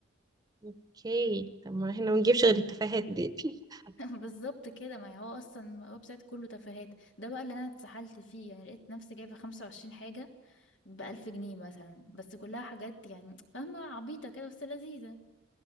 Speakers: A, on the right; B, on the left.
A: اوكي طب ما احنا ما نجيبش غير التفاهات دي <laughs>
B: <laughs> بالظبط كده ما هو اصلا ويب سايت كله تفاهات ده بقى اللي انا اتسحلت فيه يعني لقيت نفسي جايبه 25 حاجه ب 1000 جنيه مثلا بس كلها حاجات يعني فاهمه عبيطه كده بس لذيذه